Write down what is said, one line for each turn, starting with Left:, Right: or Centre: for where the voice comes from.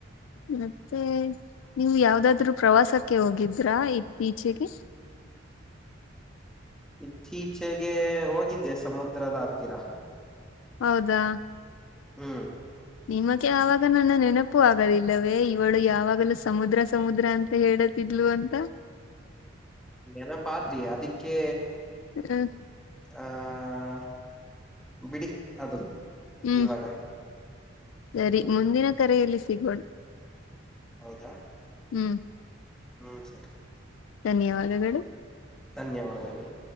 Left: ಮತ್ತೆ ನೀವು ಯಾವ್ದಾದ್ರು ಪ್ರವಾಸಕ್ಕೆ ಹೋಗಿದ್ರಾ ಇತ್ತೀಚೆಗೆ
Centre: ಇತ್ತೀಚೆಗೆ ಹೋಗಿದ್ದೆ ಸಮುದ್ರದ ಹತ್ತಿರ
Left: ಹೌದಾ
Centre: ಹ್ಮ್
Left: ನಿಮಕ್ಕೆ ಆವಾಗ ನನ್ನ ನೆನಪು ಆಗದಿಲ್ಲವೇ ಇವಳು ಯಾವಾಗಲೂ ಸಮುದ್ರ ಸಮುದ್ರ ಅಂತ ಹೇಳತಿದ್ಲು ಅಂತ
Centre: ನೆನಪಾತಿಯ ಅದಿಕ್ಕೆ
Left: ಹ್ಮ್
Centre: ಹ ಹ ಬಿಡಿ ಅದು
Left: ಹ್ಮ್
Centre: ಇವಾಗ
Left: ಸರಿ
Centre: ಹ್ಮ್
Left: ಮುಂದಿನ ಕರೆಯಲ್ಲಿ ಸಿಗಣ
Centre: ಹೌದಾ
Left: ಹ್ಮ್
Centre: ಹ್ಮ್ ಸರಿ
Left: ಧನ್ಯವಾದಗಳು
Centre: ಧನ್ಯವಾದಗಳು